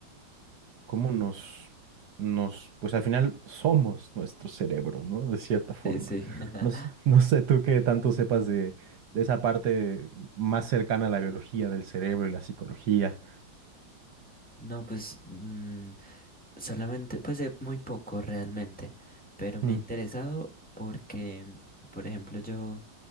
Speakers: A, on the right; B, in the centre.
A: cómo nos, nos, pues al final somos nuestro cerebro, ¿no? De cierta forma.
B: Sí, sí. <laughs>
A: No, s- no sé tú qué tanto sepas de, de esa parte más cercana a la biología del cerebro y la psicología.
B: No, pues mm, solamente, pues de muy poco realmente, pero me
A: Mm,
B: ha interesado porque, por ejemplo, yo